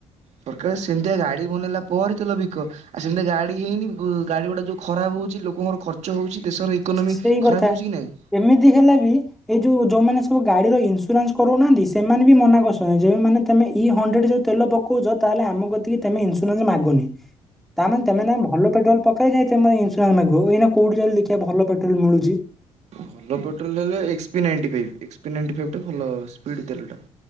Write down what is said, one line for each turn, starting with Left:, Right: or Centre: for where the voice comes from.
Right: ସରକାର ସେମିତିଆ ଗାଡି ବନେଇଲା ପରେ ତେଲ ବିକ ଆଉ ସେମିତିଆ ଗାଡି ହେଇନି। ଗାଡ଼ି ଗୁଡ଼ା ଯୋଉ ଖରାପ ହଉଛି ଲୋକଙ୍କର ଖର୍ଚ୍ଚ ହଉଛି ଦେଶର ଇକନୋମି
Centre: ସେଇ
Right: ଖରାପ
Centre: କଥା
Right: ହେଉଛି କି ନାଇଁ।
Centre: ଏମିତି ହେଲେ ବି। ଏଇ ଯୋଉ ଯୋଉମାନେ ସବୁ ଗାଡିର ଇନ୍ସୁରାନ୍ସ କରଉ ନାହାନ୍ତି ସେମାନେ ବି ମନା କରୁଛନ୍ତି ଯୋଉ ମାନେ ତମେ ଇ ହଣ୍ଡ୍ରେଡ ଯୋଉ। ତେଲ ପକଉଛ ତାହେଲେ ଆମ କତିକି ତମେ ଇନ୍ସୁରାନ୍ସ ମାଗନି। ତା ମାନେ ତମେ ଏଇନା ଭଲ ପଟ୍ରୋଲ ପକେଇବ ଯାଇଁ ତମେ ଇନ୍ସୁରାସ ମାଗିବ ଏଇନା କୋଉଠି ଚାଇଲୁ ଦେଖିବା ଭଲ ପେ ପେଟ୍ରୋଲ ମୁଳୁଚି।
Right: ଭଲ ପେଟ୍ରୋଲ ହେଲେ X P ninety five X P ninety five ଟା ଭଲ ସ୍ପିଡ୍ ତେଲଟା।